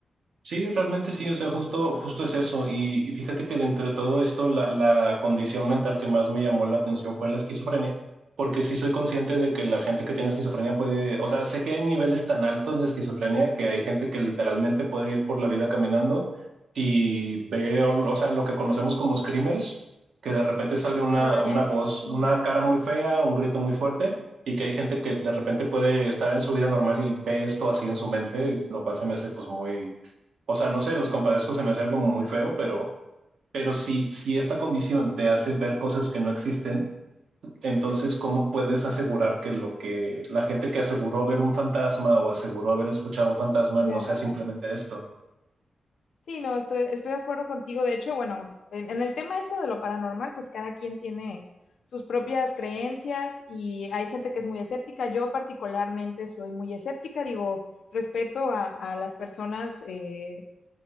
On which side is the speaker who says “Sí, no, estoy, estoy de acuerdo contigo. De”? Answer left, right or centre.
Left